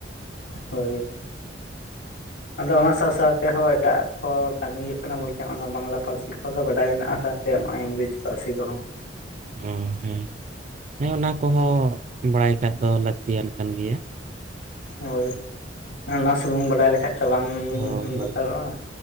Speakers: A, on the left; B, on the right.
A: ᱦᱳᱭ
B: <inaudible>
A: ᱟᱫᱚ ᱚᱱᱟ ᱥᱟᱶ ᱥᱟᱶᱛᱮᱦᱚᱸ ᱮᱴᱟᱜ ᱠᱚ ᱠᱟᱹᱢᱤ ᱦᱩᱭᱩᱜ ᱠᱟᱱᱟ ᱵᱚᱞᱛᱮ ᱚᱱᱟ ᱵᱟᱝᱞᱟ ᱯᱟᱹᱨᱥᱤ ᱠᱚ ᱫᱚ ᱵᱟᱰᱟᱭ ᱢᱮᱱᱟᱜᱼᱟ ᱥᱟᱶᱛᱮ ᱱᱚᱜᱼᱚᱭ ᱤᱝᱜᱨᱮᱩᱡᱽᱤ ᱞᱟᱨᱥᱤ ᱠᱚᱦᱚᱸ
B: ᱚ ᱦᱮᱸ ᱦᱮᱸ ᱚᱱᱟ ᱠᱚᱦᱚᱸ ᱵᱟᱲᱟᱭ ᱠᱟᱜ ᱫᱚ ᱞᱟᱹᱠᱛᱤᱭᱟᱱ ᱠᱟᱱ ᱜᱮᱭᱟ
A: ᱦᱳᱭ ᱚᱱᱟ ᱥᱩᱢᱩᱝ ᱵᱟᱰᱟᱭ ᱞᱮᱠᱷᱟᱡ ᱵᱟᱝ
B: ᱦᱳᱭ ᱦᱳᱭ
A: ᱵᱟᱛᱟᱨᱚᱜᱼᱟ